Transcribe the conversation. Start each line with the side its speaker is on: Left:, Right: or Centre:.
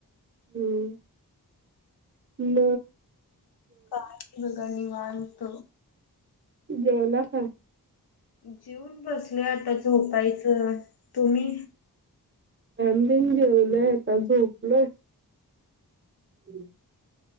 Right: हम. म
Left: काय, <unintelligible> निवांत.
Right: जेवला का?
Left: जेऊन बसलोय आता झोपायचं, तुम्ही?
Right: आम्ही पण जेवलोय आता झोपलोय ह <unintelligible>